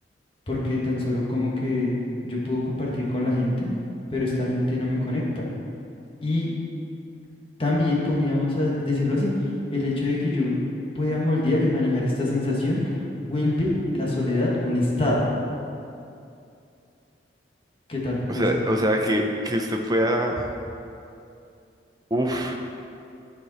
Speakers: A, on the left; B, on the right.
A: porque tan solo como que yo puedo compartir con la gente, pero esta gente no me conecta. Y también podríamos a- decirlo así, el hecho de que yo pueda moldear y manejar esta sensación vuelve la soledad un estado. ¿Qué tal
B: O
A: eso?
B: sea, o sea que, que usted pueda. Uf,